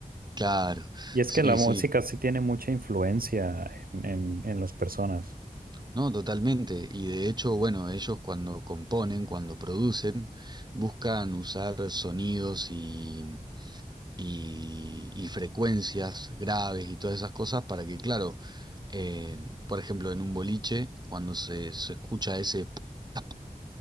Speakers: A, on the right; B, on the right.
A: claro,
B: Y es
A: sí,
B: que la música
A: sí,
B: sí tiene mucha influencia en, en, en las personas.
A: no, totalmente. Y de hecho, bueno, ellos cuando componen, cuando producen, buscan usar sonidos y, y, y frecuencias graves y todas esas cosas para que, claro, eh, por ejemplo, en un boliche, cuando se, se escucha ese... p- tap,